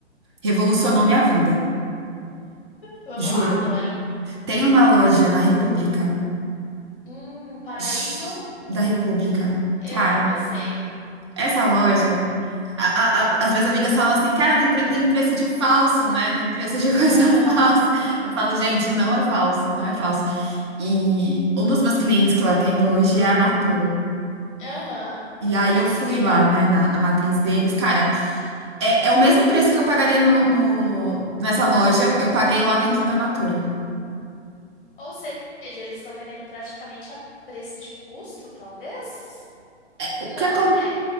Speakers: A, on the right; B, on the left.
A: revolucionou minha vida.
B: Vamos
A: Juro.
B: lá, adoro.
A: Tem uma loja na República.
B: Hum, Paraíso,
A: Shhh, da República.
B: eu,
A: Cara,
B: eu sei.
A: essa loja. a- a- a- as minhas amigas falavam assim, cara, tem, pre- tem preço de falso, né? Tem preço de <laughs> coisa
B: Aham,
A: falsa. Eu falo, gente, não é falso, não é falso. E um dos meus clientes que eu atendo hoje é a Natura.
B: aham,
A: E aí eu fui
B: que legal.
A: lá, né, na, na matriz deles.
B: Uhum.
A: Cara, É, é o mesmo preço que eu pagaria no, no- nessa loja, eu paguei lá dentro da Natura.
B: Ou seja, eles estão vendendo praticamente a preço de custo, talvez?
A: O
B: Não,
A: que acon-
B: né?